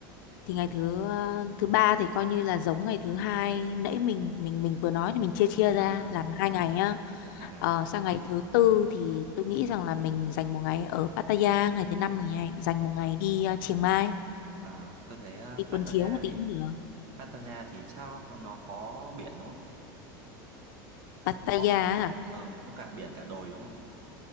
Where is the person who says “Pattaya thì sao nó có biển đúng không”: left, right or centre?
Right